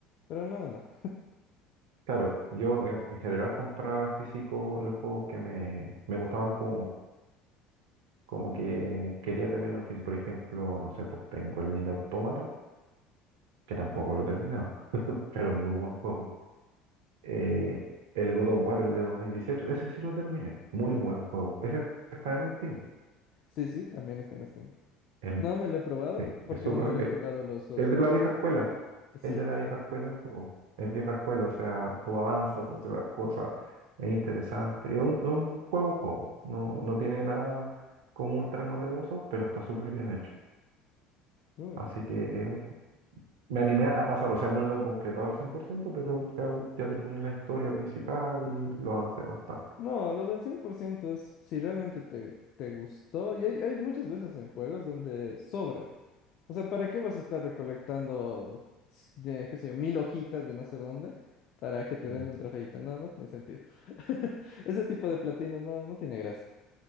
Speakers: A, on the left; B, on the right.
A: Pero no, no, no.
B: Claro, yo en, en general compraba físico los juegos que me, me gustaban como como que quería tenerlo en físico. Por ejemplo, no sé, pues tengo el Nier Automata, que tampoco lo he terminado, <laughs> pero es muy buen juego. Eh, el God of War, el de dos mil dieciocho ese sí lo terminé, muy buen juego. Ese está en Steam.
A: Sí, sí, también está en Steam.
B: Em,
A: No me lo he probado
B: sí,
A: porque
B: es súper-
A: no me lo he
B: eh,
A: jugado los God
B: es
A: of
B: de
A: War.
B: la vieja escuela,
A: Sí.
B: es de la vieja escuela el juego. Es vieja escuela, o sea, tú avanzas, haces las cosas, es interesante. Es un, es un juego, juego. No, no tiene nada como ultra novedoso, pero está súper bien hecho.
A: Uy.
B: Así que es un Me animé a pasar, o sea, no lo he completado al 100%, pero ya, ya terminé la historia principal y lo avancé bastante.
A: No, lo del 100% es si realmente te, te gustó. Y hay, hay muchas veces en juegos donde sobra. O sea, ¿para qué vas a estar recolectando, s- de, qué sé yo, mil hojitas de no sé dónde para que te
B: Mm.
A: den un trofeito? No, no tiene sentido. <laughs> Ese tipo de platinos no, no tiene gracia.